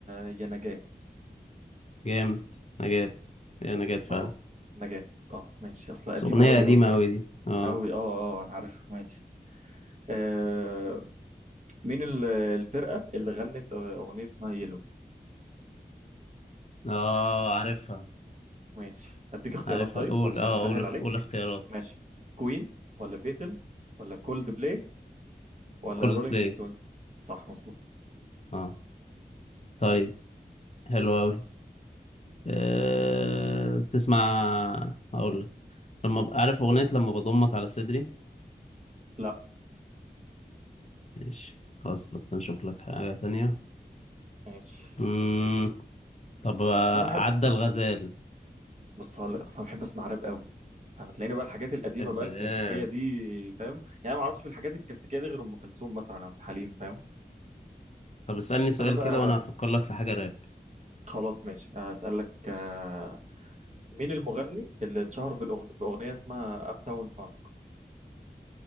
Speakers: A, on the right; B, on the left.
A: يا نجاه
B: جامد نجاة يا نجاة فعلا
A: اه نجاه اه ماشي اصلا
B: بس
A: قديمه
B: أغنية
A: قوي
B: قديمة
A: قوي يعني
B: أوي دي اه
A: قوي اه اه انا عارفها ماشي آه مين ال- الفرقه اللي غنت آه، اغنيه اسمها يلو
B: اه عارفها
A: ماشي اديك اختيارات
B: عارفها
A: طيب
B: قول
A: عشان
B: اه
A: اسهل
B: قول قول
A: عليك
B: اختيارات
A: ماشي كوين ولا بيتلز ولا كولد بلاي ولا
B: كل
A: رولينج
B: بلاي
A: ستونز صح مظبوط
B: اه طيب حلو أوي أه... بتسمع أقول لك لما ب... عارف أغنية لما بضمك على صدري
A: لا
B: ماشي خلاص طب نشوف لك حاجة تانية
A: ماشي
B: مم. طب آه،
A: اصلا انا بحب
B: عدى الغزال
A: بص هقول لك اصلا بحب اسمع راب قوي فانا تلاقيني بقى الحاجات القديمه
B: بحب
A: بقى
B: راب
A: الكلاسيكيه دي فاهم يعني ما اعرفش في الحاجات الكلاسيكيه دي غير ام كلثوم مثلا عبد الحليم فاهم
B: طب اسألني سؤال
A: فانا بقى
B: كده وأنا هفكر لك في حاجة راب
A: خلاص ماشي اسالك آه، مين المغني اللي اتشهر بالأغن- باغنيه اسمها اب تاون فان